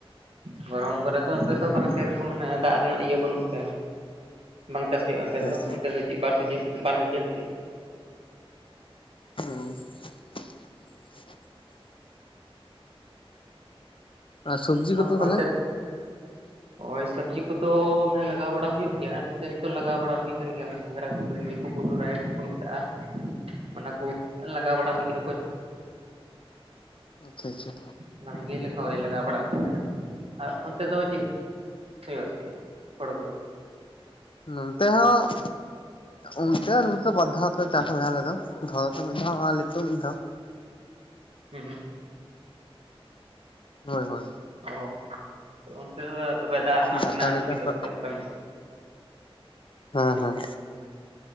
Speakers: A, on the right; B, on the left.
A: ᱫᱷᱚᱨᱚᱱ ᱠᱚᱨᱮ ᱫᱚ ᱚᱛᱮ ᱫᱚ ᱵᱟᱝ ᱥᱮᱨᱚᱠᱚᱢ ᱫᱟᱜ ᱨᱮᱱᱟᱜ ᱤᱭᱟᱹ ᱵᱟᱹᱱᱩᱜ ᱛᱮ ᱵᱟᱝ ᱪᱟᱥ ᱦᱩᱭᱩᱜᱼᱟ ᱱᱚᱛᱮ
B: ᱟᱪᱪᱷᱟ
A: ᱫᱚ
B: ᱟᱪᱪᱷᱟ
A: ᱚᱱᱛᱮ ᱫᱚ ᱪᱮᱫ ᱵᱟᱨ ᱥᱤᱡᱤᱱ ᱵᱟᱨ ᱥᱤᱡᱤᱱ ᱪᱮᱫ
B: <unintelligible> ᱟᱨ ᱥᱚᱵᱽᱡᱤ ᱠᱚᱫᱚ
A: ᱚᱱ
B: ᱛᱟᱦᱚᱞᱮ
A: ᱚᱱᱛᱮ ᱳᱭ ᱥᱚᱵᱽᱡᱤ ᱠᱚᱫᱚ ᱢᱟᱱᱮ ᱞᱟᱜᱟᱣ ᱵᱟᱲᱟ ᱦᱩᱭᱩᱜ ᱜᱮᱭᱟ ᱦᱟᱱᱛᱮ ᱱᱟᱛᱮ ᱞᱟᱜᱟᱣ ᱵᱟᱲᱟ ᱦᱩᱭ ᱟᱠᱟᱱ ᱜᱮᱭᱟ ᱜᱷᱟᱝᱨᱟ ᱠᱚ ᱵᱷᱮᱱᱰᱤ ᱠᱚ ᱜᱩᱴᱩ <unintelligible> ᱨᱟᱦᱮᱲ ᱠᱚ ᱠᱚ ᱢᱮᱛᱟᱜᱼᱟ ᱚᱱᱟ ᱠᱚ ᱞᱟᱜᱟᱣ ᱵᱟᱲᱟ ᱦᱩᱭ ᱠᱟᱱᱟ
B: ᱟᱪᱪᱷᱟ ᱟᱪᱪᱷᱟ
A: ᱚᱱᱟ ᱠᱚ ᱜᱮ ᱞᱟᱜᱟᱣ ᱵᱟᱲᱟ ᱦᱩᱭ ᱠᱟᱱᱟ ᱟᱨ ᱚᱱᱛᱮ ᱫᱚ ᱪᱮᱫ ᱥᱮᱭ <inaudible> ᱥᱮ ᱦᱳᱲᱳ ᱠᱚ ᱫᱚ
B: ᱱᱚᱱ ᱛᱮ ᱦᱚᱸ ᱚᱱᱛᱮ ᱱᱚᱛᱮ ᱵᱟᱨᱫᱷᱟ ᱠᱚ ᱪᱟᱥ ᱟᱞᱮ ᱫᱚ ᱫᱷᱚᱨᱚᱱ ᱥᱮᱫ ᱢᱤᱫ ᱫᱷᱟᱣ ᱟᱨ ᱱᱤᱛᱳᱜ ᱢᱤᱫ ᱫᱷᱟᱣ
A: ᱦᱮᱸ ᱦᱩᱸ
B: ᱦᱳᱭ ᱦᱳᱭ ᱾
A: <unintelligible> ᱚᱱᱛᱮ ᱫᱚ ᱛᱚᱵᱮ ᱫᱟᱜ ᱨᱮᱱᱟᱜ
B: ᱵᱟᱨ
A: ᱢᱮᱱᱟᱜᱼᱟ
B: ᱫᱷᱟᱣ ᱜᱮ
A: ᱥᱩᱵᱤᱫᱟ
B: ᱪᱟᱥ ᱫᱚ
A: ᱯᱟᱥᱮᱡ ᱚᱱᱠᱟᱱ ᱼᱼ
B: ᱦᱮᱸ ᱦᱮᱸ